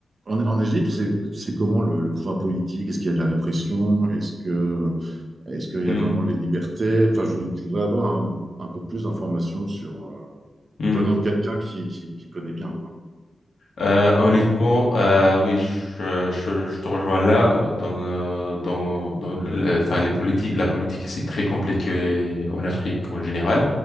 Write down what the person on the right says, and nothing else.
en, en Égypte, c'est c'est comment le, le pouvoir politique? Est-ce qu'il y a de la répression? Est-ce que est-ce qu'il y
a vraiment les libertés? Enfin, je, je voudrais avoir un, un peu plus d'informations sur euh,
venant de quelqu'un qui, qui, qui connaît bien. quoi.